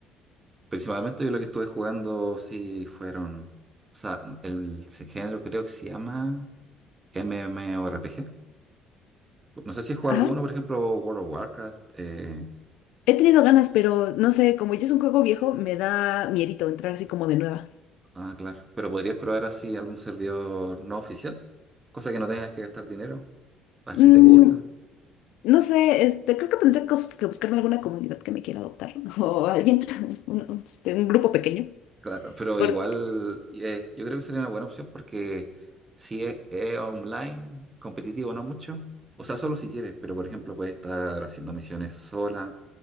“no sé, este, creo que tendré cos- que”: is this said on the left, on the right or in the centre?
Left